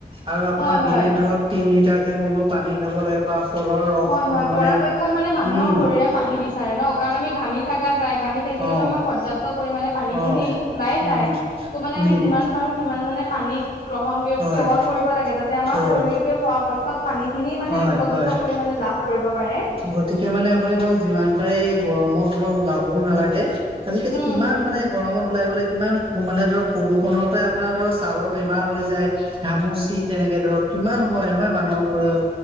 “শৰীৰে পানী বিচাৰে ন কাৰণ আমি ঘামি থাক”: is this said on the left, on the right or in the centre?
Left